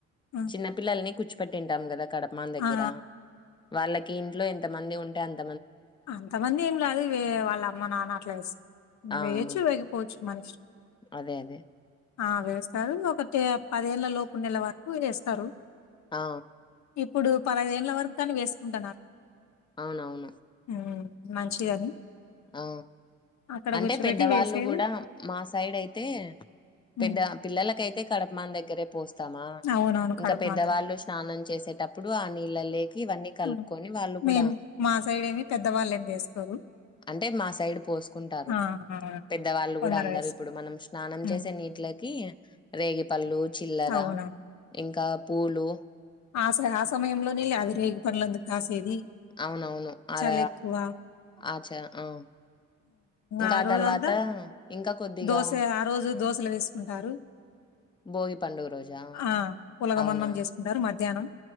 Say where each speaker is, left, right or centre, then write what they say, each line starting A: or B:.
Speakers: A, on the left (about 65°); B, on the left (about 15°).
A: ఆ
B: చిన్న పపిల్లల్ని కూర్చిపెట్టింటాం కదా గడప మా దగ్గర
A: ఆ
B: వాళ్ళకి ఇంట్లో ఎంత మంది ఉంటే అంత
A: అంతమంది ఏం లేదు వే వాళ్ళ అమ్మ నాన్న అట్లా ఇస్తా
B: ఆ! ఆ!
A: వేయొచ్చు వేకపోవచ్చు మన ఇష్టం
B: అదే అదే
A: ఆ వేస్తారు ఒకటి పదేళ్ళ లోపు నెల వరకు వేస్తారు
B: ఆ
A: ఇప్పుడు పదహదేళ్ల వరకుగాని వేసుకుంటున్నారు
B: అవును అవును
A: ఉ మంచిదని
B: ఆ
A: అక్కడ
B: అంటే
A: కూర్చోబెట్టి
B: పెద్దవాళ్ళు
A: వేసేది
B: కూడా మా సైడ్ అయితే
A: హ్మ్.
B: పెద్ద పిల్లలకైతే కడపమాన దగ్గరే పోస్తామా
A: అవునవును.
B: ఇంకా
A: కడుపు
B: పెద్దవాళ్ళు
A: మందులు.
B: స్నానం చేసేటప్పుడు ఆ నీళ్ళ లే ఇవన్నీ కలుపుకొని
A: ఆ!
B: వాళ్ళు కూడా
A: మేము మా సైడేమి పెద్దవాళ్ళేమి వేసుకోరు.
B: అంటే మా సైడ్ పోసుకుంటారు
A: ఆ! అవునండి.
B: పెద్దవాళ్ళు
A: కొందరు
B: కూడా అందరూ
A: వేసు
B: ఇప్పుడు మనం స్నానం
A: హ్మ్.
B: చేసే నీటిలకి రేగిపళ్ళు చిల్లర
A: అవునా
B: ఇంకా పూలు
A: ఆ స ఆ సమయంలోనే కదా రేగి పండ్లు అన్ని కాసేది
B: అవును అవును ఆర
A: చలెక్కువ.
B: ఆచా ఆ ఇంకా
A: ఆ రోజంతా
B: తర్వాత ఇంకా కొద్దిగా
A: దోస ఆ రోజు దోశలు వేసుకుంటారు
B: భోగి పండుగ రోజా
A: ఆ పులగం
B: అవునా
A: అన్నం చేస్తుంటారు మధ్యాహ్నం